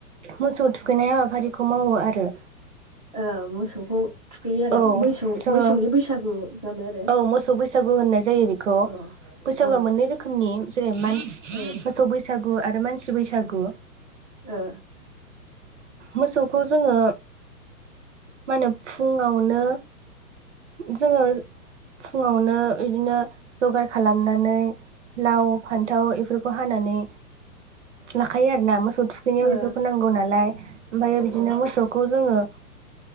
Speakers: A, on the right; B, on the left.
A: मोसौ थुखैनाय हाबाफारिखौ मावो आरो।
B: ओ मोसौखौ थुखैयो आरो
A: औ
B: मैसौ
A: जोङो
B: मैसौनि बैसागु जाबाय आरो।
A: औ मोसौ बैसागु होननाय जायो बिखौ।
B: अ
A: बैसागुआ
B: ओ
A: मोननै रोखोमनि जेरै मान
B: ओ
A: मोसौ बैसागु आरो मानसि बैसागु
B: ओ
A: मोसौखौ जोङो मानो फुङावनो जोङो फुङावनो इदिनो जगार खालामनानै लाव फान्थाव एफोरखौ हानानै लाखायो आरोना मोसौ थुखैनायाव
B: ओ
A: एफोरखौ नांगौ नालाय ओमफायो बिदिनो
B: औ
A: मोसौखौ जोङो